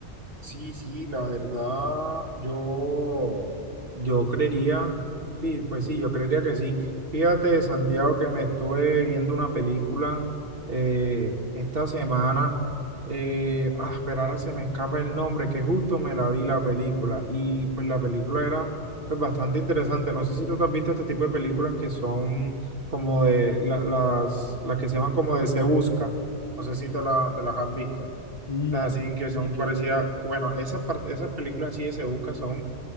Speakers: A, on the right; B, on the left.
A: Sí, sí, la verdad, yo, yo creería, sí, pues sí, yo creería que sí. Fíjate, Santiago, que me estuve viendo una película eh, esta semana. Eh, ah, pero ahora se me escapa el nombre, que justo me la vi la película. Y pues la película era pues, bastante interesante. No sé si tú te has visto este tipo de películas que son como de la- las, las que se llaman como de Se Busca. No sé si te la- te las has visto
B: No,
A: las así que son
B: de que,
A: parecidas, bueno, esas, par- esas películas así de Sebuca son